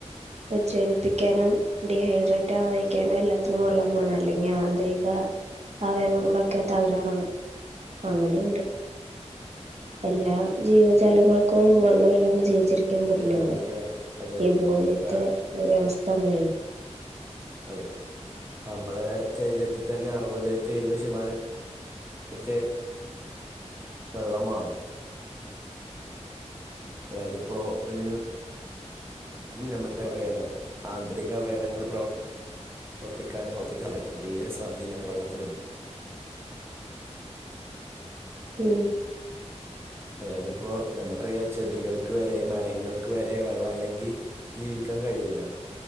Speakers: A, on the right; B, on the right.
A: ഉച്ഛേദിപ്പിക്കാനും ഡിഹൈഡ്രേറ്റ് ആവാതിരിക്കാനും എല്ലാത്തിനും വെള്ളം വേണം അല്ലെ ആന്തരിക അവയവങ്ങളൊക്കെ തകരാറും അങ്ങനെയുണ്ട് എല്ലാ ജീവജാലങ്ങൾക്കും വെള്ളം ഇല്ലാണ്ട് ജീവിച്ചിരിക്കാൻ ക്കാൻ പറ്റില്ല
B: അത് അതിന് അത്
A: ഈ ഭൂമീത്തെ
B: വേണം
A: വ്യവസ്ഥ അങ്ങനെയാണ്
B: അതെ നമ്മളെ ശരീരത്തിൽ തന്നെ അറുപതെറ്റെ എഴുപത് ശതമാനം റ്റെ വെള്ളം മാണം അതായതിപ്പോ ഒരു നമ്മൾക്ക് അറിയാലോ ആന്തരിക അവയവങ്ങൾ പ്രവർ പ്രവർത്തിക്കാനും വലിയ സ്വാധീനം വെള്ളത്തിനുണ്ട്
A: മ്
B: അതായതിപ്പോ നമ്മുക്കറിയാം ചെടികൾക്ക് വരെ മരങ്ങൾക്ക് വരെ വെള്ളവില്ലെങ്കി ജീവിക്കാൻ കഴിയൂല